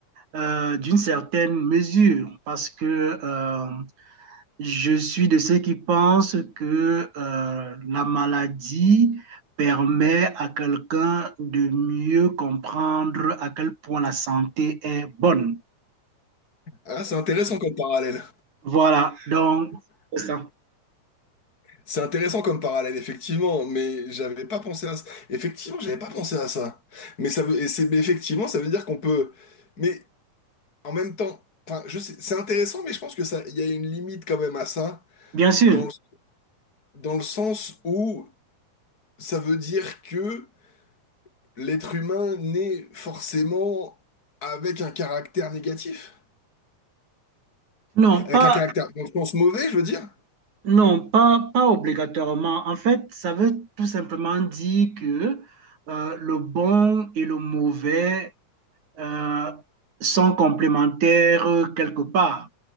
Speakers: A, on the right; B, on the left.
A: euh, d'une certaine mesure parce que euh, je suis de ceux qui pensent que euh, la maladie permet à quelqu'un de mieux comprendre à quel point la santé est bonne.
B: Ah, c'est intéressant comme parallèle.
A: Voilà, donc c'est ça.
B: C'est intéressant comme parallèle, effectivement, mais j'avais pas pensé à ça. Effectivement, j'avais pas pensé à ça. Mais ça veut, et c'est, mais effectivement, ça veut dire qu'on peut. Mais En même temps, enfin, je sais, c'est intéressant, mais je pense que ça, il y a une limite quand même à ça,
A: Bien sûr.
B: dans le, dans le sens où ça veut dire que l'être humain naît forcément avec un caractère négatif,
A: Non,
B: avec
A: pas,
B: un caractère, dans le sens mauvais, je veux dire,
A: Non, pas, pas obligatoirement. En fait, ça veut tout simplement dire que euh, le bon et le mauvais euh, sont complémentaires quelque part.